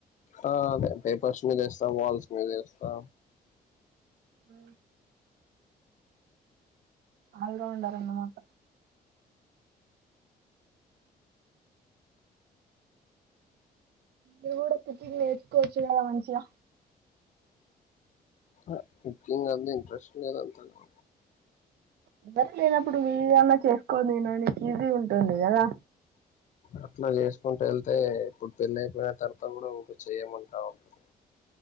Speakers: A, on the left (about 50°); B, on the right (about 80°).
A: ఆ, అదే <unintelligible> వేస్తా వాల్ మీద వేస్తా
B: ఉ ఆల్ రౌండర్ అన్నమాట ఇవి కూడా కుకింగ్ నేర్చుకోవచ్చు కదా మంచిగా
A: ఆహా కుకింగ్ మీద ఇంట్రస్ట్ లేదు అంతగా
B: <unintelligible> లేనప్పుడు నువ్వే అన్న చేసుకోనీ తినానికి ఈజీ ఉంటంది తుంది కదా
A: అట్లా చేసుకుంటూ వెళ్తే ఇప్పుడు పెళ్లి అయిపోయిన తర్వాత కూడా చేయమంటా ఉంటారు